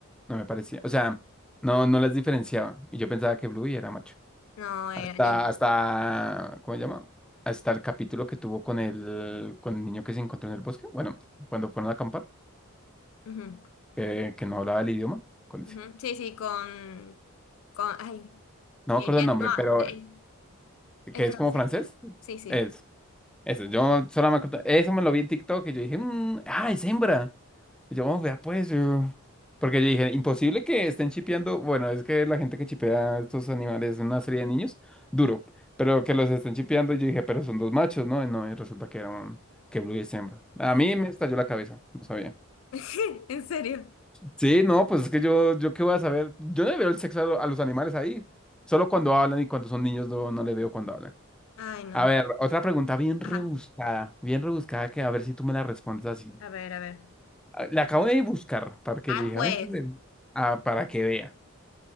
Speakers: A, in the centre; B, on the left.
A: no me parecía. O sea, no, no las diferenciaba. Y yo pensaba que Bluey era macho.
B: No, era
A: Hasta,
B: niña.
A: hasta, ¿cómo se llama? Hasta el capítulo que tuvo con el, con el niño que se encontró en el bosque. Bueno, cuando fueron a acampar.
B: Ujú,
A: que, que no hablaba el idioma. con
B: ujú.
A: ese.
B: Sí, sí, con, con, ay,
A: No
B: el
A: me acuerdo
B: Jan
A: el nombre,
B: Noir,
A: pero
B: el- es
A: que es
B: francés.
A: como francés.
B: Sí, sí.
A: Es, eso, yo solo me acuerdo. Eso me lo vi en TikTok y yo dije, "Mm, ah, es hembra. Y yo, "Oh, vea, pues, yo. Porque yo dije, imposible que estén chipeando. Bueno, es que la gente que chipea a estos animales, una serie de niños, duro. Pero que los estén chipeando, y yo dije, pero son dos machos, ¿no? Y no, y resulta que era un, que Blue es hembra. A mí me estalló la cabeza, no sabía.
B: <laughs> ¿En serio?
A: Sí, no, pues es que yo, yo qué voy a saber. Yo no le veo el sexo a, lo- a los animales ahí. Solo cuando hablan y cuando son niños no, no le veo cuando hablan.
B: Ay, no.
A: A ver, otra pregunta bien rebuscada,
B: Ajá.
A: bien rebuscada que a ver si tú me la respondes así.
B: A ver, a ver.
A: Ah, La acabo de buscar para que
B: Ah,
A: yo dije,
B: pues.
A: a ver, ven, ah, para que vea.